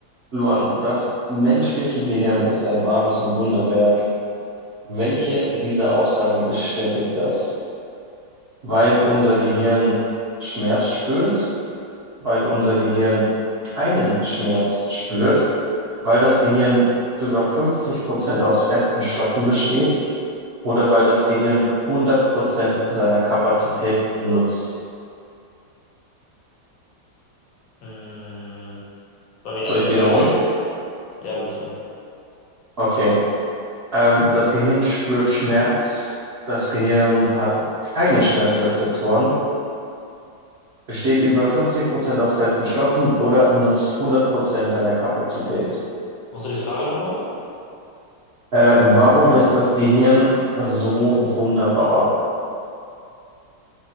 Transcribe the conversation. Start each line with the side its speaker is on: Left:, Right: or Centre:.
Right: Luan, das menschliche Gehirn ist ein wahres Wunderwerk. Welche dieser Aussagen bestätigt das? Weil unser Gehirn Schmerz spürt weil unser Gehirn keinen Schmerz spürt, weil das Gehirn zu über 50 Prozent aus festen Stoffen besteht oder weil das Gehirn 100 Prozent seiner Kapazität nutzt.
Left: Hm, waren die
Right: Soll
Left: ersten
Right: ich wiederholen?
Left: beiden? Ja, bitte.
Right: Okay. Ähm, das Gehirn spürt Schmerz. Das Gehirn hat keine Schmerzrezeptoren, besteht über 50 Prozent aus festen Stoffen oder nutzt 100 Prozent seiner Kapazität.
Left: Was war die Frage nochmal?
Right: Äh, warum ist das Gehirn so wunderbar?